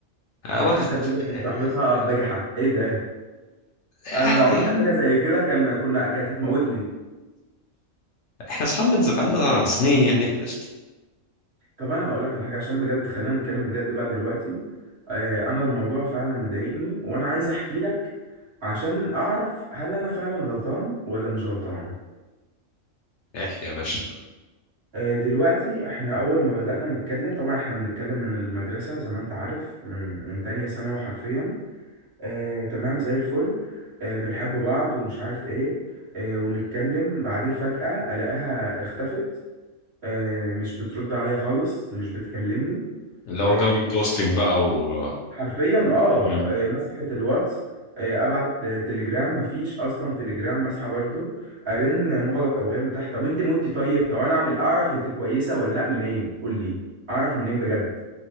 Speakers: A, on the left; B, on the right.
A: أه،
B: ما
A: ولا
B: انت
A: في...
B: بجح
A: أه،
B: وصاحبتها بجحة ايه ده
A: عادي
B: انا لو عملت
A: يعني
B: حاجة زي كده كان كنا كانت هتموتني
A: احنا اصحاب من زمان سنين يعني فقشطة.
B: طب انا هقول لك على حاجه عشان بجد خلينا نتكلم بجد بقى دلوقتي آه، انا الموضوع فعلا مضايقني وانا عايز احكي لك عشان اعرف هل انا فعلا غلطان ولا مش غلطان
A: احكي يا باشا
B: آه، دلوقتي احنا اول ما بدأنا نتكلم طبعا احنا بنتكلم من المدرسه زي ما انت عارف من من تانية ثانوي حرفيا آه، تمام زي الفل آه، بنحب بعض ومش عارف ايه آه، ونتكلم بعدين فجأة الاقيها اختفت آه، مش بترد عليا خالص مش بتكلمني
A: اللي هو
B: آه،
A: جو الجوستنج بقى و
B: حرفيا اه
A: مم.
B: آه، مسحت الواتس آه، ابعت آه، تليجرام مفيش اصلا تليجرام مسحه برضو ارن مغلق او غير متاح طب انت متي طيب طب انا اعمل اعرف انت كويسه ولا لا منين قول لي اعرف منين بجد